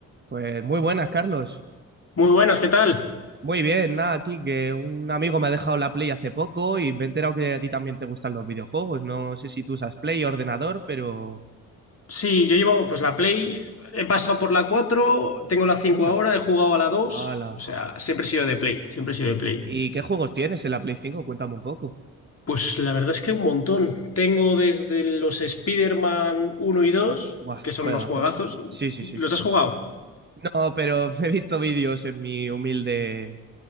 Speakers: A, on the right; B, on the left.
A: Pues muy buenas, Carlos.
B: Muy buenas, ¿qué tal?
A: Muy bien, nada, aquí que un amigo me ha dejado la Play hace poco y me he enterado que a ti también te gustan los videojuegos. No sé si tú usas Play o ordenador, pero...
B: Sí, yo llevo pues la Play, he pasado por la 4, tengo la cinco
A: Anda.
B: ahora, he jugado a la dos,
A: Hala.
B: o sea, siempre he sido de Play, siempre he sido de Play.
A: ¿Y qué juegos tienes en la Play cinco Cuéntame un poco.
B: Pues la verdad es que un montón. Tengo desde los Spider-Man 1 y 2,
A: Guau,
B: que son
A: juegazos.
B: unos juegazos.
A: Sí, sí, sí,
B: ¿Los
A: sí,
B: has
A: sí.
B: jugado?
A: No, pero <laughs> he visto vídeos en mi humilde